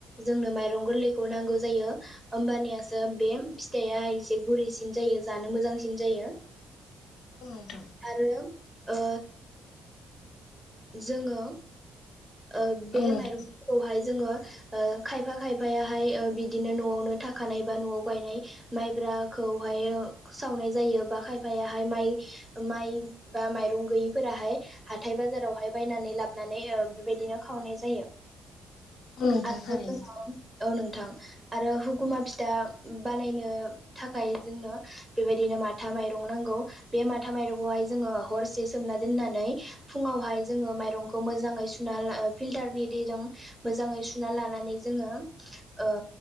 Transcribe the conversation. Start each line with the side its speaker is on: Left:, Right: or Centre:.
Right: जोंनो माइरं गोरलैखौ नांगौ जायो होमबानियासो बे फिथाइआ एसे गुरैसिन जायो जानो मोजांसिन जायो।
Left: औ नोंथां।
Right: आरो ओ जोङो ओ बे
Left: औ नोंथां
Right: माइरंफोरखौहाय जोङो ओ खायफा खायफायाहाय ओ बिदिनो न'आवनो थाखानाय बा न'आव गायनाय माइब्राखौहायो सावनाय जायो बा खायफायाहाय माइ माइ बा माइरं गैयिफोराहाय हाथथाय बाजारावहा हाय बायनानै लाबानै ओ बेबायदिनो खावनाय जायो
Left: औ नोंथां
Right: आरो
Left: थारैनो
Right: जोङो औ नोंथां आरो हुगुमा फिथा बानायनो थाखाय जोंनो बेबायदिनो माथा माइरं नांगौ। बे माथा माइरंखौहाय जोङो हरसे सोमना दोननानै फुङावहाय जोङो माइरंखौ मोजाङै सुना ला ओ फिल्टारनि दैजों मोजाङै सुना लानानै जोङो ओ